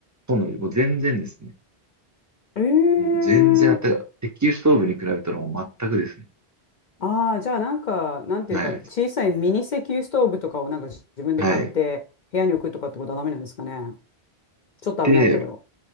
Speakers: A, on the right; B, on the left.
A: との、もう全然ですね。
B: ええー
A: もう全然あったかい。石油ストーブに比べたらもう全くですね。
B: ああー、じゃあなんか、なんていうか、
A: はい。
B: 小さいミニ石油ストーブとかをなんか自分で買って部屋に置くとかってことはダメなんですかね。
A: はい。
B: ちょっと危ないけど。
A: で、